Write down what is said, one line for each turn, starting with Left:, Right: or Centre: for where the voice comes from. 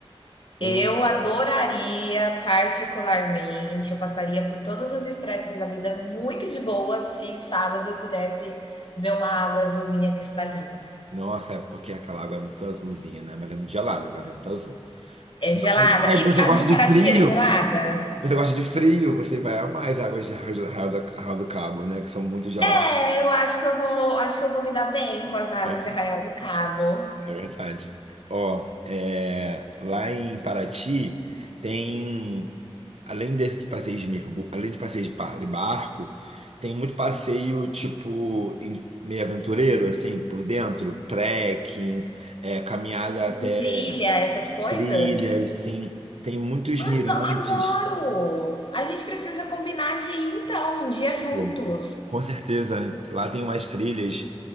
Left: eu
Right: um-
Left: adoraria particularmente, eu passaria por todos os estresses da vida muito de boa se sábado eu pudesse ver uma água azulzinha cristalina.
Right: Nossa, é porque aquela água é muito azulzinha, né? Mas é muito gelada, mas é muito azul.
Left: É gelada.
Right: Aí aí
Left: E
Right: você gosta
Left: a de
Right: de
Left: Paraty
Right: frio?
Left: é gelada?
Right: Você gosta de frio, você vai amar as águas de Arraial do Arraial da- Arraial do Cabo, né? Que são muito geladas.
Left: É, eu acho que eu vou, acho que eu vou me dar bem com as águas
Right: É,
Left: de Arraial do Cabo.
Right: é verdade. Ó, é, lá em Paraty tem, além desses passeios de mergulho, além de passeios de par- de barco, tem muito passeio tipo em- meio aventureiro, assim, por dentro, trekking, é, caminhada
Left: Tipo,
Right: até
Left: trilha, essas coisas.
Right: trilhas, sim. Tem muitos
Left: Ado-
Right: mirantes.
Left: Adoro! A gente precisa combinar de ir, então, um dia juntos.
Right: Pô, Com certeza, lá tem umas trilhas